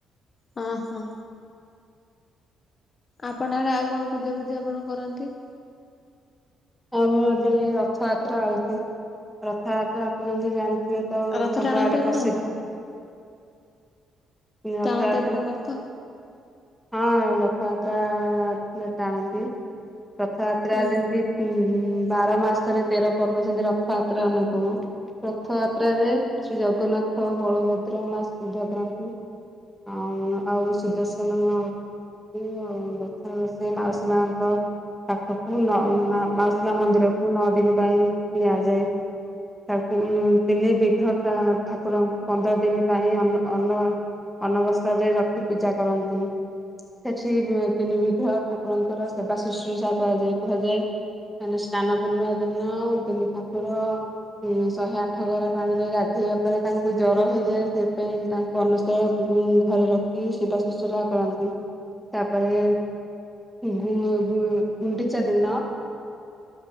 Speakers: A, on the left; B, in the centre.
A: ହଁ ହଁ। ଆପଣ ଆଡେ ଆଉ କଣ ପୂଜା ପୁଜି ଆପଣ କରନ୍ତି?
B: ଆମର ଏବେ ରଥଯାତ୍ରା ଆଉଚି ରଥଯାତ୍ରା ଆପଣ ଯେମତି ଜାଣି ସେଏ ତ
A: ରଥ
B: ସବୁଆଡେ
A: ଟାଣନ୍ତି ଆପଣ
B: ପ୍ରସିଦ୍ଧ। ରଥଯାତ୍ରା।
A: ଟାଣନ୍ତି ଆପଣ ରଥ
B: ହଁ ରଥଯାତ୍ରା ଟାଣନ୍ତି ରଥଯାତ୍ରା
A: ହୁଁ
B: ଯେମିତି ହୁଁ ହୁଁ ବାର ମାସରେ ତେର ପର୍ବ ସେମିତି ରଥଯାତ୍ରା ଅନ୍ୟତମ। ରଥଯାତ୍ରାରେ ଶ୍ରୀ ଜଗନ୍ନାଥ ବଳଭଦ୍ର ମା ସୁଭଦ୍ରାଙ୍କୁ ଆଉ ଆଉ ସୁଦର୍ଶନ ଆ ହୁଁ ଆଉ ପ୍ରଥମେ ସେ ମାଉସୀ ମାଙ୍କ ପାଖକୁ ନ ମାଉସୀ ମା ମନ୍ଦିରକୁ ନଅ ଦିନ ପାଇଁ ନିଆଯାଏ। ତାକୁ ତିନି ବିଗ୍ରହ ଠାକୁରଙ୍କୁ ପନ୍ଦର ଦିନ ପାଇଁ ଅ ଅନ ଅନବସରରେ ରଖି ପୂଜା କରନ୍ତି। ସେଠି ତିନିବିଧ ଠାକୁରଙ୍କର ସେବା ଶୁଶ୍ରୂଷା କରାଯାଏ କୁହାଯାଏ। ମାନେ ସ୍ନାନ ପୂର୍ଣ୍ଣିମା ଦିନ ତିନି ଠାକୁର ଉ ଶହେ ଆଠ ଗରା ପାଣି ରେ ଗାଧେଇବା ପରେ ତାଙ୍କୁ ଜର ହେଇଯାଏ ସେଥିପାଇଁ ତାଙ୍କୁ ଅନଶ ଶ ଘରେ ରଖି ସେବା ଶୁଶ୍ରୁଶା କରନ୍ତି ତାପରେ ଗୁ ଗୁ ଗୁଣ୍ଡିଚା ଦିନ